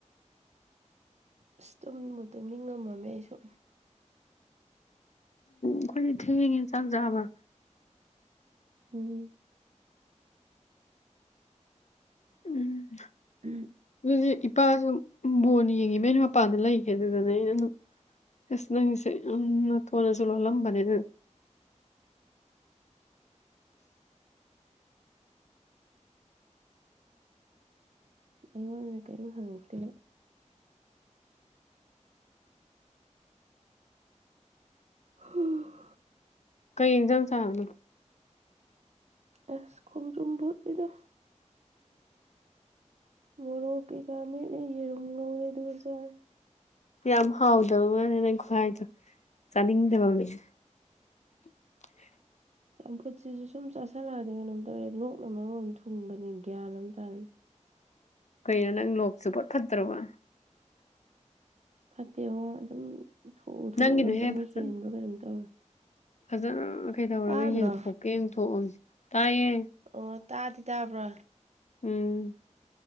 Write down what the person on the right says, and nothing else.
ꯑꯁ ꯇꯨꯝꯕ ꯇꯨꯝꯅꯤꯡ ꯉꯝꯃꯝꯃꯦ ꯑꯩ ꯁꯨ
ꯎꯝ
ꯎꯝ
ꯑꯩꯉꯣꯟꯗ ꯀꯔꯤꯝ ꯍꯪꯉꯛꯇꯦ ꯍꯥ
ꯑꯦꯁ ꯈꯣꯡꯗ꯭ꯨꯝ ꯕꯨꯠꯂꯤꯗ ꯃꯣꯔꯣꯛ ꯀꯩ ꯀꯥ ꯃꯦꯠꯂꯦ ꯌꯦꯔꯨꯝ ꯉꯧꯔꯦ ꯑꯗꯨꯒ ꯆꯔꯦ
ꯆꯝꯐꯨꯠꯁꯤꯖꯨ ꯁꯨꯝ ꯆꯥꯥꯁꯜꯂꯛꯑꯗꯤ ꯀꯩꯅꯣꯝ ꯇꯧꯔꯦ ꯂꯣꯛꯅ ꯃꯔꯣꯝ ꯊꯨꯡꯕꯅꯦ ꯒ꯭ꯌꯥꯟꯑꯝ ꯇꯥꯔ
ꯐꯠꯇꯦꯉꯣ ꯑꯗꯨꯝ ꯊꯣꯛꯎ ꯊꯣꯛꯎꯔꯒꯅ
ꯍꯦꯟꯕ꯭ꯔꯥ ꯀꯩꯅꯣꯝ ꯇꯧꯋꯦ
ꯇꯥꯗ꯭ꯔꯣ
ꯑꯣ ꯇꯥꯗꯤ ꯇꯥꯕ꯭ꯔꯣ